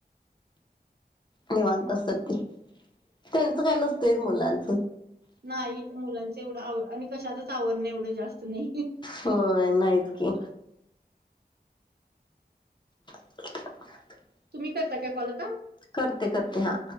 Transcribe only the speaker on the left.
निवांत असत्यात ती, त्यांच काय नसतच मुलांच.
होय, नाहींच की. <unintelligible>
करते करते हां.